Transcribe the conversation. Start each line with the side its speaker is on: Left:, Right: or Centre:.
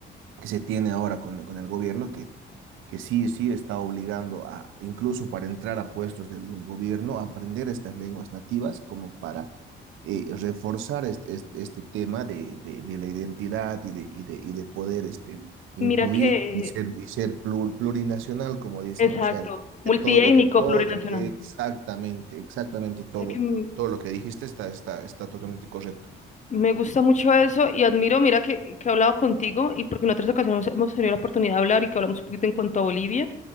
Right: que se tiene ahora con, con el gobierno, que sí, sí está obligando a, incluso para entrar a puestos del, del gobierno, a aprender estas lenguas nativas como para eh, reforzar este, este, este tema de, de, de, la identidad y de, y de, y de poder este, incluir
Left: Mira que,
Right: y ser, y ser plur, plurinacional, como dicen,
Left: exacto,
Right: o sea, de
Left: multiétnico,
Right: que todo, de que todo,
Left: plurinacional.
Right: exactamente, exactamente todo.
Left: Ya que, mm,
Right: Todo lo que dijiste está, está, está totalmente correcto.
Left: Me gusta mucho eso y admiro, mira que, que he hablado contigo y porque en otras ocasiones hemos, tenido la oportunidad de hablar y que hablamos un poquito en cuanto a Bolivia.